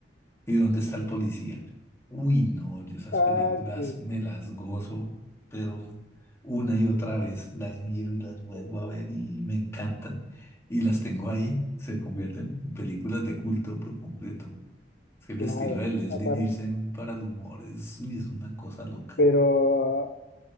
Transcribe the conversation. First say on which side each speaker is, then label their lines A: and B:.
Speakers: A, on the left; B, on the left.
A: ¿Y dónde está el policía? Uy, no, yo esas
B: Ah,
A: películas
B: sí,
A: me las gozo, pero una y otra vez las miro y las vuelvo a ver y me encantan. Y las tengo ahí, se convierten en películas de culto por completo. Es que el
B: claro.
A: estilo de Leslie
B: Aparte,
A: Nielsen para el humor es, uy, es una cosa loca.
B: pero